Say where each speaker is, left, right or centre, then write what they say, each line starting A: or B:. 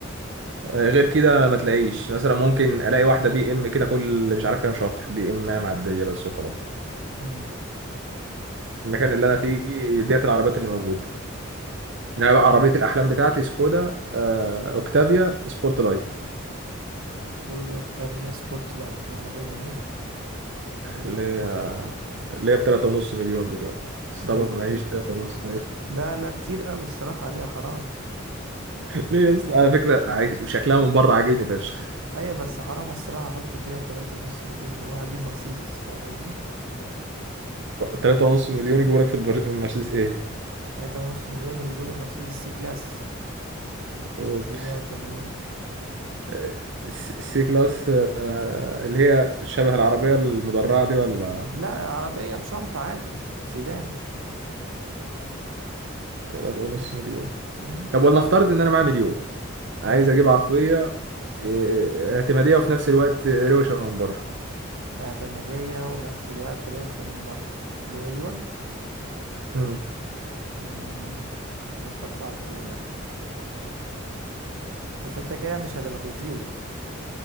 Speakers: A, on the right; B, on the right.
A: آه، غير كده ما تلاقيش مثلا ممكن ألاقي واحدة بي إم كده كل مش عارف كام شهر بي إم معدية بس وخلاص
B: امم
A: المكان اللي أنا فيه ديت العربيات اللي موجودة إنما بقى عربية الأحلام بتاعتي سكودا آه، أوكتافيا سبورت لاي
B: كودا اوكتافيا سبورت لاين دي عربية جميلة جميلة
A: اللي هي اللي هي ب 3.5 مليون دلوقتي بس طبعا
B: ايوه
A: معيش
B: ايوه
A: 3.5
B: لا لا كتير قوي الصراحة عليها حرام
A: ليه يا
B: حرام
A: اسطى على فكره عايش شكلها من بره عاجبني فشخ
B: ايوه بس حرام الصراحة احط فيها تلاتة ونص مليون ما اروح اجيب مرسيدس فاهم قصدي
A: 3.5 مليون يجيبوا لك في البر- المرسيدس ايه
B: تلاتة ونص مليون يجيبوا لي مرسيدس سي كلاس
A: اوبس
B: سي 180
A: آه، الس- السي كلاس آه، اللي هي شبه العربيه المدرعه دي ولا
B: لا عربية بشنطة عادي سيدان
A: 3.5 مليون
B: امم
A: طب ولنفترض ان انا معايا مليون عايز
B: حلو
A: اجيب عربيه آه، اعتماديه وفي نفس الوقت روشه من بره
B: اعتمادية ونفس الوقت روشة من بره بمليون
A: امم
B: امم ده سؤال صعب خلي بالك بس انت كده مش هتبقى في الزيرو